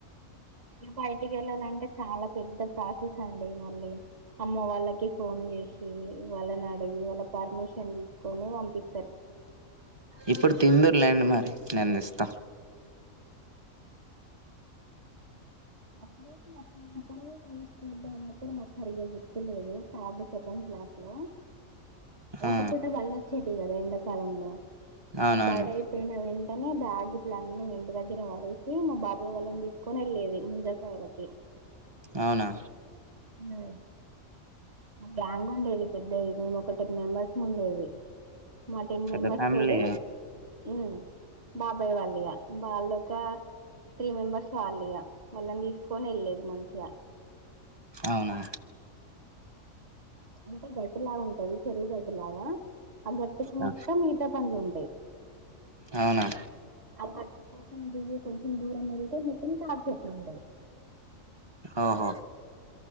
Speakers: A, on the right (about 50°); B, on the right (about 30°).
A: బయటికి ఏళ్ళాలం టె చాలా పెద్ద ప్రాసెస్ అండి. మళ్ళీ అమ్మ వాళ్ళకి ఫోన్ చేస్డు వాళ్ళని అడిగి వాళ్ళ పర్మిషన్ తీసుకొని పంపిస్త
B: ఇప్పుడు తిందూరు లెండి మరి నేన్ దే స్తా
A: <inaudible> అప్పుడు నాకున్నప్పుడు మే స్కూల్ లో ఉన్నప్పుడు నాకు సరిగా చెప్తులేదు థర్డ్ సెకండ్ క్లాస్ ల ఒక్కపూట
B: ఆ
A: వాళ్ళ చెటి కాద ఎండకాలంలో
B: అవునవును
A: బాడి అయిపోయిన వెం అనే బగిట్ల అన్నీ ఎందుకం దగ్గర వాడేసి మా బాబాయ్య వాళ్ళని తీసుకొని ఏల్లేది ముంజకాయాలకి
B: అవునా
A: ఆ మ బాగుండేది పేద్ద ఏదో కొక్కటి మెంబెర్స్ ముండేది మా టెన్
B: పెద్ద
A: మెంబర్స్
B: ఫ్యామిలీ
A: తోటి ఉ బాబాయ్ వాళ్ళిగా వాళ్ళు ఒక త్రీ మెంబర్స్ వాళ్ళిగా వాళ్ళని తీసుకొని వెళ్ళేది మంచిగా
B: అవునా
A: అంటే గట్టులా ఉంటంది చెరువు గట్టు లాగా ఆ గట్టుకు మొత్తం
B: ఆ!
A: ఈత పండ్లు ఉంటయి
B: అవునా
A: ఆ గట్టు కొంచెం దూరం వెళితే మొత్తం తాడిచేట్లు ఉంటాయ్
B: ఓహో